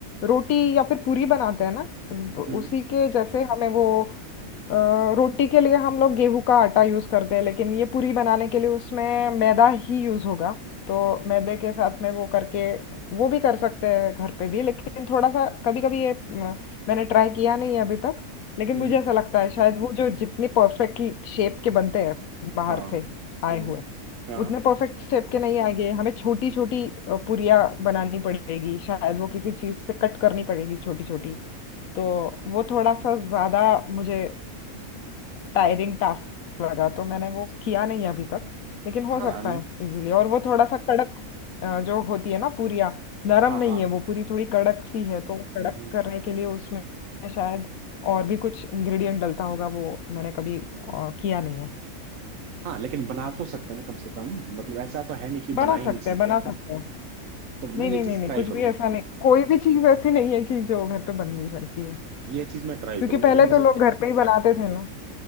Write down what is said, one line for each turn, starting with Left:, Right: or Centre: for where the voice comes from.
Left: रोटी या फिर पूरी बनाते हैं ना व-
Right: हम्म
Left: उसी के जैसे हमें वो अ, रोटी के लिए हम लोग गेहूं का आटा यूज करते हैं लेकिन ये पूरी बनाने के लिए उसमें मैदा ही यूज होगा तो मैदे के साथ में वो करके वो भी कर सकते हैं घर पे भी लेकिन थोड़ा सा कभी कभी ये म, मैंने ट्राई किया नहीं है अभी तक लेकिन
Right: हम्म
Left: मुझे ऐसा लगता है शायद वो जो जितने परफेक्ट शेप के बनते हैं बाहर
Right: हाँ
Left: से आए
Right: हम्म
Left: हुए
Right: हाँ
Left: उतने परफेक्ट शेप के नहीं आएंगे हमें छोटी छोटी पुरिया बनानी पड़ेगी शायद वो किसी चीज से कट करनी पड़ेगी छोटी छोटी तो वो थोड़ा सा ज्यादा मुझे टायरिंग टास्क लगा तो मैंने वो किया नहीं अभी तक लेकिन हो
Right: हाँ
Left: सकता
Right: ले,
Left: है इजीली और वो थोड़ा सा कड़क अ, जो होती है ना पुरिया नरम
Right: हाँ
Left: नहीं
Right: हाँ
Left: है वो पूरी थोड़ी कड़क सी है तो कड़क
Right: हम्म
Left: करने के लिए उसमें शायद और भी कुछ इंग्रेडिएंट डलता होगा वो मैंने कभी अ, किया नहीं है
Right: हाँ लेकिन बना तो सकते हैं ना कम से कम मतलब ऐसा तो है नहीं कि
Left: बना
Right: बना ही
Left: सकते
Right: नहीं
Left: हैं
Right: सकते
Left: बना
Right: है ना?
Left: सकते हैं
Right: तो मैं
Left: नहीं
Right: ये
Left: नहीं नहीं
Right: चीज
Left: नहीं
Right: ट्राई
Left: कुछ
Right: करूंगा
Left: भी ऐसा नहीं कोई भी चीज ऐसी नहीं है कि जो घर पे बन नहीं सकती है
Right: ये चीज मैं ट्राई
Left: क्योंकि
Right: करूंगा
Left: पहले
Right: ये मुझे
Left: तो लोग घर पे ही बनाते थे ना